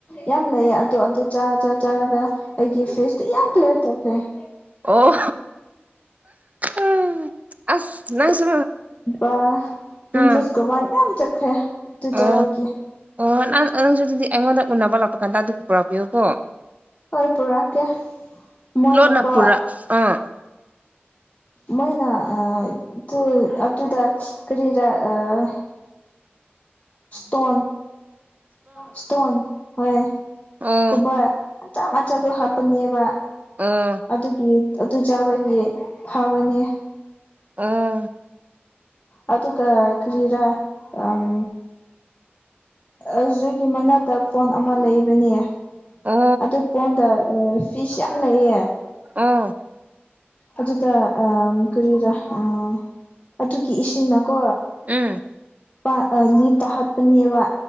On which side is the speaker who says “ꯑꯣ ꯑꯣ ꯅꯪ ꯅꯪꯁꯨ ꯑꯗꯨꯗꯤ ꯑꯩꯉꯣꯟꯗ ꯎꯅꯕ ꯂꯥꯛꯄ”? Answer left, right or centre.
Right